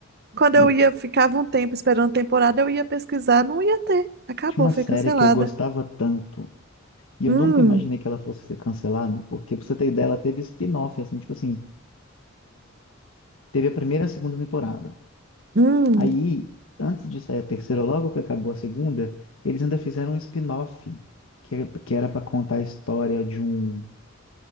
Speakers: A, on the right; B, on the left.
A: quando
B: Eu
A: eu ia, ficava um tempo esperando temporada, eu ia pesquisar, não ia ter. Acabou,
B: Tinha uma
A: foi
B: série
A: cancelada.
B: que eu gostava tanto e
A: Hum,
B: eu nunca imaginei que ela fosse ser cancelada, porque pra você ter ideia, ela teve spin-off, assim, tipo assim, teve a primeira e a segunda temporada.
A: hum.
B: Aí, antes de sair a terceira, logo que acabou a segunda, eles ainda fizeram um spin-off, que, é- que era pra contar a história de um,